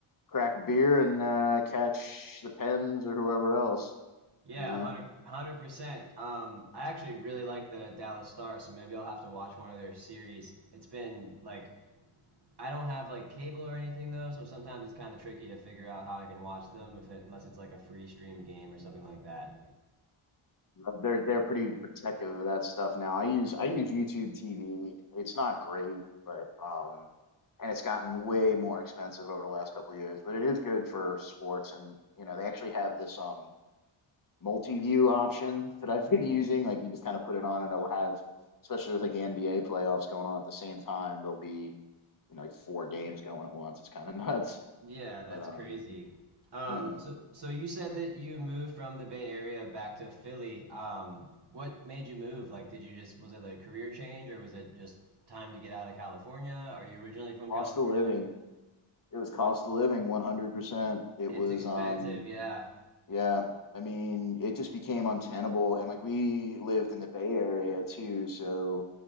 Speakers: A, on the left; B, on the right.
A: crack a beer and uh catch the Pens or whoever else,
B: Yeah,
A: you know.
B: 100 percent Um, I actually really like the Dallas Stars, so maybe I'll have to watch one of their series. It's been like I don't have like cable or anything though, so sometimes it's kind of tricky to figure out how I can watch them if it, unless it's like a free streamed game or something like that.
A: They're they're pretty protective of that stuff now. I use I use YouTube TV. It's not great, but um, and it's gotten way more expensive over the last couple of years. But it is good for sports, and you know they actually have this um multi-view option that I've been <laughs> using. Like you just kind of put it on, and it'll have, especially with like the NBA playoffs going on at the same time, there'll be you know, like four games going at once. It's kind of <laughs> nuts.
B: Yeah, that's
A: But um,
B: crazy. Um,
A: yeah,
B: so so you said that you moved from the Bay Area back to Philly. Um, what made you move? Like, did you just was it like a career change or was it just time to get out of California? Are you originally from California?
A: cost of living. It was cost of living, 100%. It
B: It's
A: was
B: expensive,
A: um,
B: yeah.
A: Yeah, I mean, it just became untenable, and like we lived in the Bay Area too, so